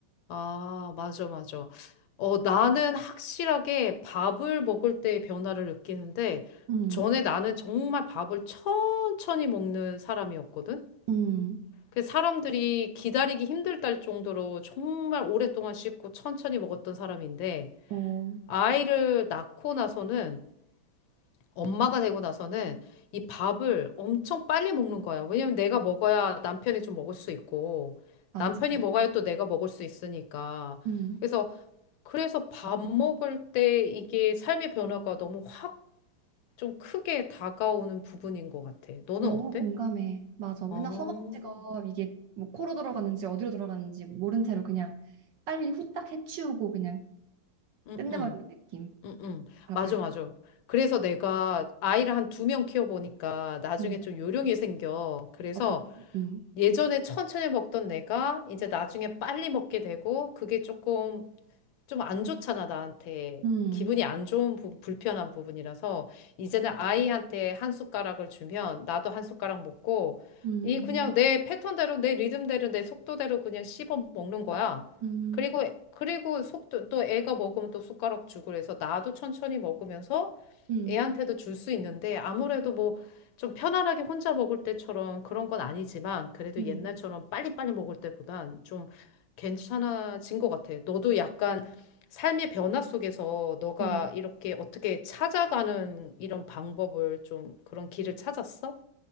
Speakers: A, on the left; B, on the right.
A: 아, 맞아, 맞아. 어, 나는 확실하게 밥을 먹을 때 변화를 느끼는데,
B: 음.
A: 전에 나는 정말 밥을 천천히 먹는 사람이었거든?
B: 음,
A: 그 사람들이 기다리기 힘들다 정도로 정말 오랫동안 씹고 천천히 먹었던 사람인데,
B: 어,
A: 아이를 낳고 나서는, 엄마가 되고 나서는 이 밥을 엄청 빨리 먹는 거야. 왜냐면 내가 먹어야 남편이 좀 먹을 수 있고,
B: 맞아.
A: 남편이 먹어야 또 내가 먹을 수 있으니까.
B: 음,
A: 그래서 그래서 밥 먹을 때 이게 삶의 변화가 너무 확 좀 크게 다가오는 부분인 것 같아. 너는
B: 너무
A: 어때?
B: 공감해. 맞아. 맨날
A: 어,
B: 허겁지겁
A: 응,
B: 이게 뭐 코로 들어가는지 어디로 들어가는지 모른 채로 그냥 빨리 후딱 해치우고 그냥
A: 응,
B: 끝내버리는
A: 응,
B: 느낌.
A: 응.
B: 밥을.
A: 맞아, 맞아. 그래서 내가 아이를 한 두 명 키워보니까 나중에
B: 음,
A: 좀 요령이 생겨. 그래서
B: 어떻게? 음,
A: 예전에 천천히 먹던 내가 이제 나중에 빨리 먹게 되고 그게 조금 좀 안 좋잖아, 나한테.
B: 음,
A: 기분이 안 좋은 부분, 불편한 부분이라서 이제는 아이한테 한 숟가락을 주면 나도 한 숟가락 먹고
B: 음,
A: 이 그냥 내 패턴대로 내 리듬대로 내 속도대로 그냥 씹어 먹는 거야.
B: 음,
A: 그리고 그리고 속도 또 애가 먹으면 또 숟가락 주고 그래서 나도 천천히 먹으면서
B: 음,
A: 애한테도 줄 수 있는데 아무래도 뭐 좀 편안하게 혼자 먹을 때처럼 그런 건 아니지만 그래도
B: 음,
A: 옛날처럼 빨리빨리 먹을 때보단 좀 괜찮아진 것 같아. 너도 약간 삶의 변화 속에서 너가
B: 음.
A: 이렇게 어떻게 찾아가는 이런 방법을 좀 그런 길을 찾았어?